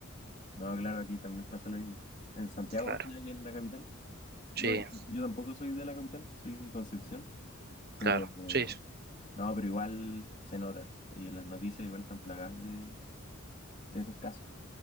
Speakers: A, on the left; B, on the right.
A: No, claro, aquí también pasa lo mismo. En Santiago,
B: Claro,
A: más que nada, que es la capital. No,
B: sí,
A: yo tampoco soy de la capital, soy de Concepción. Pero
B: claro, sí,
A: no, pero igual se nota. Y las noticias igual están plagadas de, de esos casos.